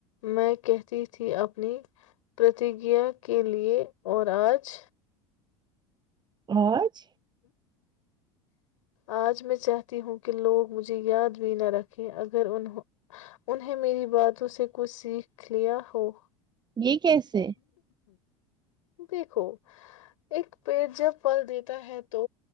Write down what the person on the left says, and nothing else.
میں کہتی تھی اپنی پرتیجا کے لیے اور آج
آج میں چاہتی ہوں کہ لوگ مجھے یاد بھی نہ رکھیں اگر ان انہیں میری باتوں سے کچھ سیکھ لیا ہو
دیکھو ایک پیڑ جب پھل دیتا ہے تو